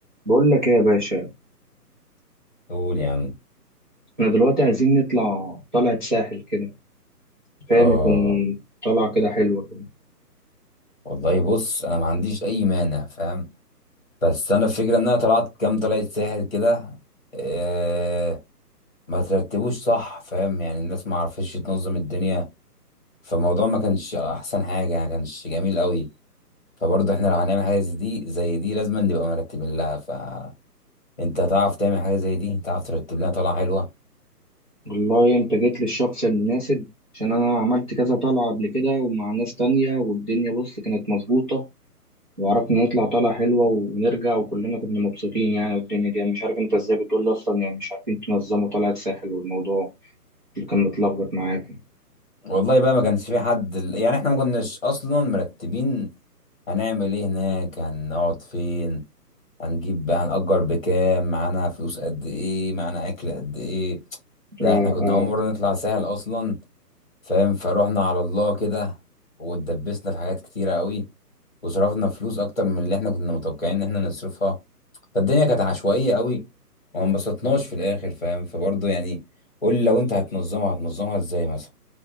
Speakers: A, on the right; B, on the left.
A: بقول لك ايه يا باشا
B: قول يا عم
A: احنا دلوقتي عايزين نطلع طلعة ساحل كده فاهم
B: اه
A: يكون طلعة كده حلوة كده
B: والله بص انا ما عنديش اي مانع فاهم بس انا الفكره ان انا طلعت كام طلعت ساحل كده آه ما ترتبوش صح فاهم يعني الناس ما عرفتش تنظم الدنيا فالموضوع ما كانش احسن حاجه يعني ما كانش جميل قوي فبرضه احنا لو هنعمل حاجه زي دي زي دي لازم نبقى مرتبين لها فانت تعرف تعمل حاجه زي دي تعرف ترتب لنا طلعه حلوه
A: والله انت جيت للشخص المناسب عشان انا عملت كذا طلعة قبل كده ومع ناس تانية والدنيا بص كانت مظبوطة وعرفنا نطلع طلعة حلوة ونرجع وكلنا كنا مبسوطين يعني والدنيا دي أنا مش عارف انت ازاي بتقول لي اصلا يعني مش عارفين تنظموا طلعة ساحل والموضوع اللي كان متلخبط معاكم
B: والله بقى ما كانش في حد يعني احنا ما كناش اصلا مرتبين هنعمل ايه هناك هنقعد فين هنجيب بقى هنأجر بكام معانا فلوس قد ايه معانا اكل قد ايه لا
A: اه
B: احنا كنا
A: آه.
B: اول مرة نطلع ساحل اصلا فاهم فروحنا على الله كده واتدبسنا في حاجات كتيرة قوي وصرفنا فلوس اكتر من اللي احنا كنا متوقعين ان احنا نصرفها فالدنيا كانت عشوائية قوي وما انبسطناش في الاخر فاهم فبرضه يعني قول لي لو انت هتنظمها هتنظمها ازاي مثلا